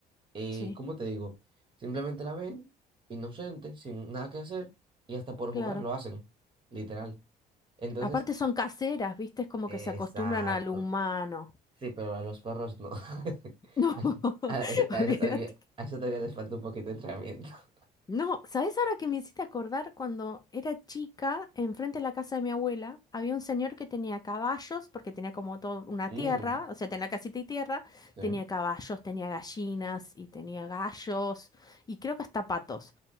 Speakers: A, on the right; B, on the left.
A: eh,
B: sí,
A: ¿cómo te digo? Simplemente la ven, inocente, sin nada que hacer, y hasta por
B: claro.
A: jugar lo hacen, literal. Entonces,
B: Aparte son caseras, ¿viste? Es como
A: exacto.
B: que se acostumbran al humano. <laughs>
A: Sí, pero a los perros no. <laughs>
B: No,
A: A, a- a
B: olvídate.
A: eso todavía, a eso todavía les falta un poquito de entrenamiento. <laughs>
B: No, ¿sabés ahora que me hiciste acordar cuando era chica, enfrente de la casa de mi abuela, había un señor que tenía caballos, porque tenía como toda una
A: Mm,
B: tierra, o sea, tenía casita y tierra,
A: sí.
B: tenía caballos, tenía gallinas y tenía gallos y creo que hasta patos.